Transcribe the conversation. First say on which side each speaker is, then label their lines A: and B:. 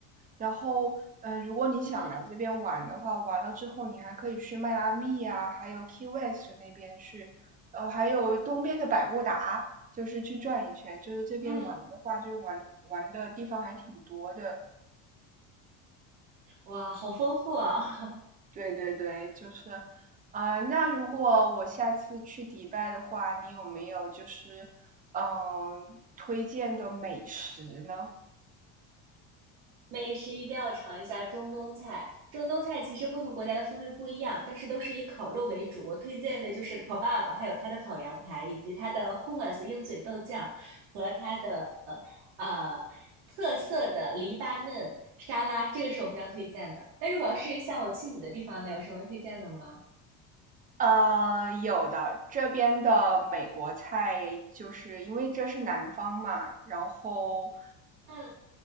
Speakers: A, on the right; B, on the right.
A: 然后呃，如果你想来这边玩的话，
B: 嗯
A: 完了之后你还可以去迈阿密呀、还有 Key West 那边去，呃，还有东边的百慕达，就是去转一圈。就是这边玩的话，
B: 嗯，
A: 就玩玩的地方还挺多的。
B: 哇，好丰富啊！<laughs>
A: 对对对，就是，啊、那如果我下次去迪拜的话，你有没有就是，嗯，推荐的美食呢？
B: 美食一定要尝一下中东菜。中东菜其实不同国家的风味不一样，但是都是以烤肉为主。我推荐的就是烤 e b a b 还有它的烤羊排，以及它的 hummus 鹰嘴豆酱和它的呃特色的黎巴嫩沙拉，这个是我非常推荐的。那如果要是像我去你的地方呢，有什么推荐的吗？
A: 呃，有的，这边的美国菜就是因为这是南方嘛，然后
B: 嗯